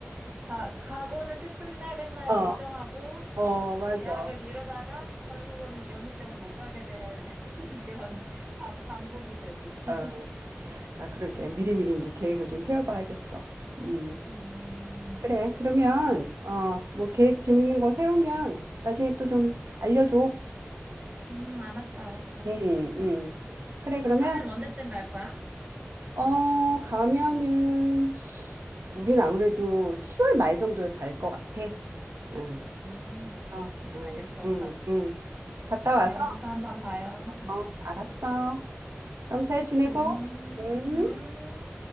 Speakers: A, on the right; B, on the right.
A: 가, 가고는 싶은데 맨날
B: 어,
A: 못 정하고
B: 어, 맞아.
A: 예약을 미루다가 결국은 연휴 때는 못 가게 되는 <laughs> 그런 반, 반복이 되고 있지.
B: 어. 아, 그러게. 미리미리 이제 계획을 좀 세워봐야겠어. 음,
A: 음,
B: 그래. 그러면, 어, 뭐, 계획 재밌는 거 세우면 나중에 또 좀 알려줘.
A: 음, 알았어, 알았어.
B: 응 응 그래, 그러면,
A: 가면 언제쯤 갈 거야?
B: 어, 가면은, 우린 아무래도 7월 말 정도에 갈 것 같아. 응,
A: 음,
B: 그래서,
A: 그렇구나.
B: 응,
A: 알겠어.
B: 응,
A: 갓
B: 응. 갔다
A: 다녀오셔서
B: 와서,
A: 한번 봐요. 음,
B: 어, 알았어. 그럼 잘 지내고,
A: 음,
B: 음.
A: 음.